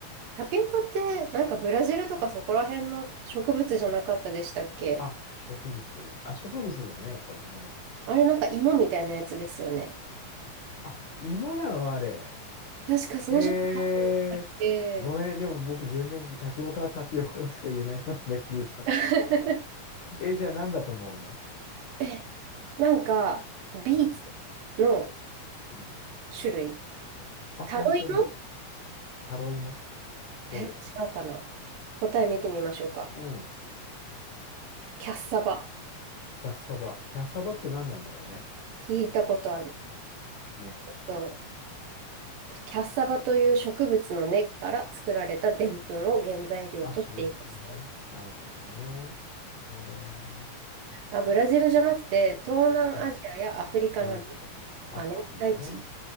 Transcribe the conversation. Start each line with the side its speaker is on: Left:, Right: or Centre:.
Right: タピオカってなんかブラジルとかそこら辺の植物じゃなかったでしたっけ
Left: あ、植物。あ、植物だよね、やっぱりね。
Right: あれなんか芋みたいなやつですよね。
Left: あ、芋なのあれ。
Right: 確かそうじゃなかったっけ
Left: へえ。ごめんね、でも僕全然タピオカはタピオカとしか言えない人なんだけど、<laughs>
Right: <laughs>
Left: えじゃあ何だと思うの
Right: え、なんかビーツの
Left: うん。うん
Right: 種類。
Left: あ、
Right: タロイモ
Left: 本当に。タロイモおう。
Right: え、違うかな答え見てみましょうか。
Left: うん。
Right: キャッサバ。
Left: キャッサバ。キャッサバって何なんだろうね。
Right: 聞いたことある。
Left: ね。
Right: えっと、キャッサバという植物の根っから作られた澱粉を原材料としていますと。
Left: あ、でんぷんね。なるほどね。えー、うん。
Right: あ、ブラジルじゃなくて、東南アジアやアフリカなどの亜熱帯地域
Left: 東南アジア。あ、アフリカね。